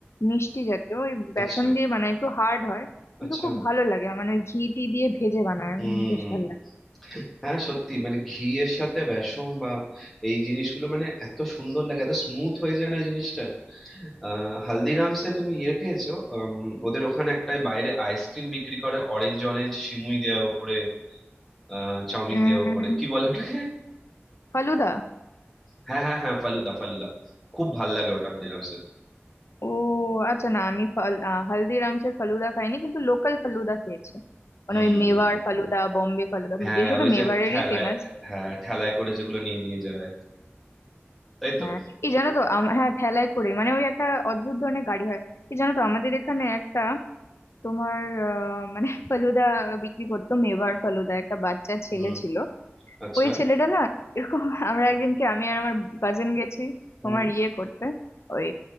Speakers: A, on the left; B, in the centre.
A: মিষ্টি জাতীয় ওই বেসন
B: আচ্ছা
A: দিয়ে বানায় একটু হার্ড হয় কিন্তু
B: আচ্ছা
A: খুব ভালো লাগে মানে ওই ঘি টি দিয়ে ভেজে বানায়
B: হুম
A: উম, বেশ ভালো লাগে
B: হ্যাঁ সত্যি মানে ঘি এর সাথে বেসন বা এই জিনিসগুলো মানে এত সুন্দর লাগে এত স্মুথ হয়ে যায় না জিনিসটা আহ হালদিরামসে তুমি ইয়ে খেয়েছো উম, ওদের ওখানে একটাই বাইরে আইসক্রিম বিক্রি করে অরেঞ্জ অরেঞ্জ সিমুই দেওয়া ওপরে আহ চাউমিন
A: উম
B: দেওয়া ওপরে কি বলে ওটাকে
A: ফালুদা
B: হ্যাঁ হ্যাঁ হ্যাঁ ফালুদা ফালুদা খুব ভাল লাগে ওটা হালদিরামসে
A: ও আচ্ছা না আমি ফাল আহ, হালদিরামসের ফালুদা খাইনি কিন্তু লোকাল ফালুদা খেয়েছি মানে
B: হুম
A: ওই মেওয়ার ফালুদা বম্বে ফালুদা
B: হ্যাঁ
A: বিশেষত
B: ওই
A: মেওয়ারেরই
B: যে ঠেলায়
A: ফেমাস
B: হ্যাঁ ঠেলায় করে যেগুলো নিয়ে নিয়ে যায় তাই তো
A: হ্যাঁ এই জানো তো আম- হ্যাঁ ঠেলায় করে মানে ওই একটা অদ্ভুত ধরনের গাড়ি হয় এই জানো তো আমাদের এখানে একটা তোমার আহ, মানে ফালুদা বিক্রি করতো মেওয়ার ফালুদা একটা বাচ্চা ছেলে
B: হুম
A: ছিল
B: আচ্ছা
A: ওই ছেলেটা না এরকম <laughs> আমরা একদিনকে আমি আর আমার কাজিন গেছি
B: হুম
A: তোমার ইয়ে করতে ওই